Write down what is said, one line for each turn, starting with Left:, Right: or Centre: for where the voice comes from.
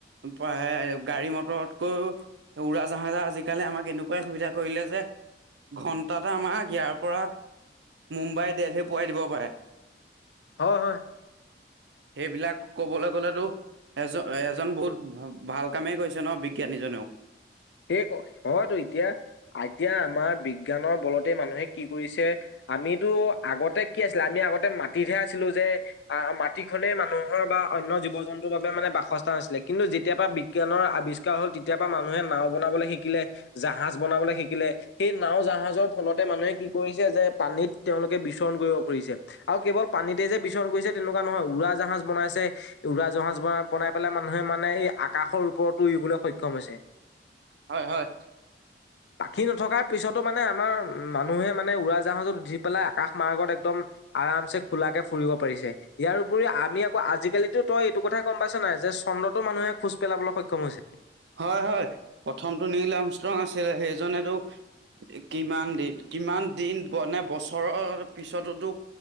Right: বা গাড়ী মটৰতকৈও উৰাজাহাজত আজিকালি আমাক এনেকুৱাই সুবিধা কৰিলে যে ঘন্টাতে আমাক ইয়াৰ পৰা মোম্বাইত তে পোৱাই দিব পাৰে।
Left: হয়, হয়।
Right: সেইবিলাক কবলৈ গ'লেটো এজন এজন বহুত ভাল কামেই কৰিছে ন বিজ্ঞানীজনেও?
Left: কি ক হয়তো এতিয়া এতিয়া আমাৰ বিজ্ঞানৰ বলতে মানুহে কি কৰিছে আমিটো আগতে কি আছিলে আমি আগতে মাটিতহে আছিলো যে আহ, মাটিখনে মানুহৰ বা অন্য জীৱ -জন্তুৰ বাবে মানে বাসস্থান আছিলে, কিন্তু যেতিয়াৰ পৰা বিজ্ঞানৰ আৱিষ্কাৰ হ'ল তেতিয়া পৰা মানুহে নাওঁ বনাবলৈ শিকিলে, জাহাজ বনাবলৈ শিকিলে সেই নাওঁ, জাহাজৰ ফলতে মানুহে কি কৰিছে যে পানীত, তেওঁলোকে বিচৰণ কৰিব খুজিছে। আৰু কেৱল পানীতে যে বিচৰণ কৰিছে তেনেকুৱা নহয়। উৰা জাহাজ বনাইছে উৰা জাহাজ বনাই বনাই পেলাই মানুহে মানে এই আকাশৰ ওপৰতো উৰিবলৈ সক্ষম হৈছে।
Right: হয়', হয়।
Left: পাখি নথকাৰ পিছতো মানে আমাৰ মানুহে মানে উৰা জাহাজত উঠি পেলাই আকাশ মাৰ্গত একদম, আৰামছে খোলাকে ফুৰিব পাৰিছে। ইয়াৰ উপৰি আমি আকৌ আজিকালিটো তই এইটো কথাই গম পাইছ নাই। যে চন্দ্ৰতো মানুহে খোজ পেলাবলৈ সক্ষম হৈছে।
Right: হয়', হয়। প্ৰথমটো নীল আমষ্ট্ৰং আছিলে সেইজনেটো এ কিমান দিন কিমান দিন মানে বছৰৰ পিছতটো